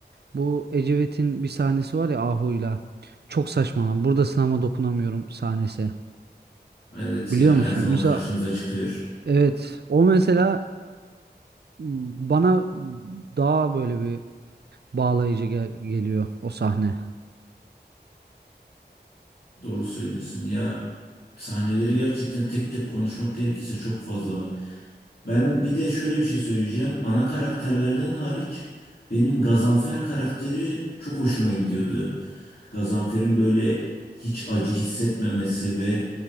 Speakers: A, on the right (about 70°); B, on the left (about 60°).
A: bu Ecevit'in bir sahnesi var ya Ahu'yla. Çok saçma lan. Burada sınama dokunamıyorum sahnesi.
B: Evet
A: Biliyor
B: ya
A: musun?
B: her zaman
A: Mesela
B: karşımıza çıkıyor.
A: evet o mesela bana daha böyle bir bağlayıcı gel- geliyor o sahne.
B: Doğru söylüyorsun. Ya sahneleri gerçekten tek tek konuşmak gerekirse çok fazla var. Ben bir de şöyle bir şey söyleyeceğim. Ana karakterlerden hariç benim Gazanfer karakteri çok hoşuma gidiyordu. Gazanfer'in böyle hiç acı hissetmemesi ve